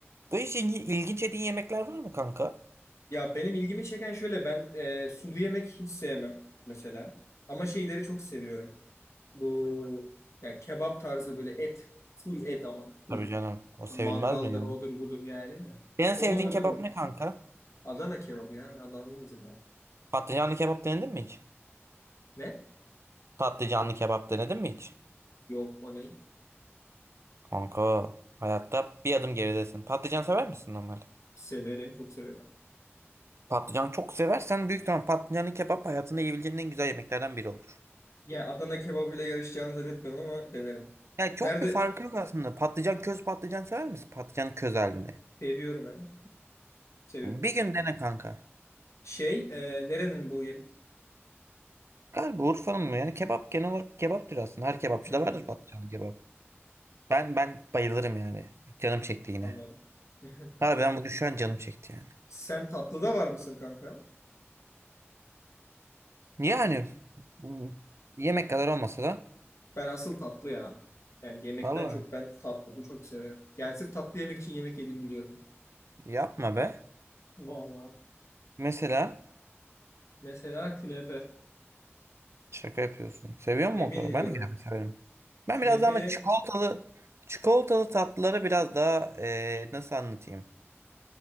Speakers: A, on the right; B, on the left.
A: böyle hiç ilgi- ilginç yediğin yemekler var mı kanka?
B: Ya benim ilgimi çeken şöyle ben e, sulu yemek hiç sevmem mesela. Ama şeyleri çok seviyorum. Bu yani kebap tarzı böyle et. Full et ama full.
A: Tabii canım. O sevilmez
B: Mangaldır
A: mi yani?
B: odur budur yani.
A: En
B: Ona
A: sevdiğin
B: ölürüm.
A: kebap ne kanka?
B: Adana kebabı ya. Adana bize
A: Patlıcanlı kebap denedin mi hiç?
B: Ne?
A: Patlıcanlı kebap denedin mi hiç?
B: Yok o ne?
A: Kanka hayatta bir adım geridesin. Patlıcan sever misin normalde?
B: Severim çok severim. ben.
A: Patlıcan çok seversen büyük ihtimal patlıcanlı kebap hayatında yiyebileceğin en güzel yemeklerden biri olur.
B: Ya Adana kebabıyla yarışacağını zannetmiyorum ama denerim.
A: Yani çok
B: Nerede
A: bir farkı yok aslında. Patlıcan köz patlıcan sever misin? Patlıcan köz halinde.
B: Seviyorum ben. Seviyorum.
A: Bir gün dene kanka.
B: Şey, e, nerenin bu yemek?
A: Galiba Urfa'nın mı? Yani kebap genel olarak kebaptır aslında. Her kebapçıda
B: Hmm,
A: vardır patlıcanlı kebap. Ben ben bayılırım yani. Canım çekti yine.
B: anladım. <laughs>
A: Abi ben bugün şu an canım çekti yani.
B: Sen tatlıda var mısın kanka?
A: Yani bu yemek kadar olmasa da
B: Ben asıl tatlı ya. Yani yemekten
A: valla
B: çok ben tatlıyı çok severim. Yani sırf tatlı yemek için yemek yedim biliyorum.
A: yapma be.
B: Vallahi.
A: Mesela
B: Mesela künefe.
A: Şaka yapıyorsun. Seviyor
B: Yemin
A: musun o kadar?
B: ediyorum.
A: Ben de yine severim. Ben
B: Künefe
A: biraz daha ama çikolatalı çikolatalı tatlıları biraz daha eee, nasıl anlatayım?